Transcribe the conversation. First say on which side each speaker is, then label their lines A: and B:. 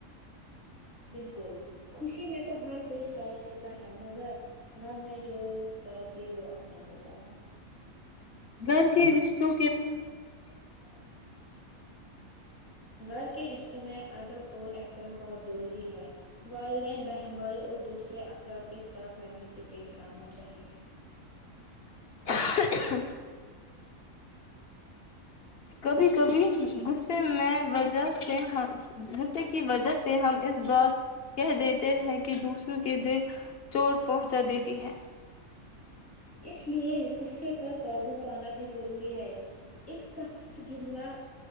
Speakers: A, on the left; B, on the left.
A: بالکل خوشی میں تو ہر کوئی ساتھ ہوتا ہے مگر غم میں جو ساتھ دے وہ اپنا ہوتا <inaudible>
B: گھر کے رشتوں
A: گھر کے رشتوں میں ادب اور طرح بہت ضروری ہے والدین بہن بھائی اور دوسرے افراد کے ساتھ نرمی سے پیش آنا چاہیے
B: <inaudible> کبھی کبھی غصے میں رشتے کی وجہ سے ہم اس بات کہ دیتے ہیں کہ دوسروں کے دل چوٹ پہنچا دیتی ہے
A: اس لیے غصے پر قابو پانا بھی ضروری ہے ایک سخت جملہ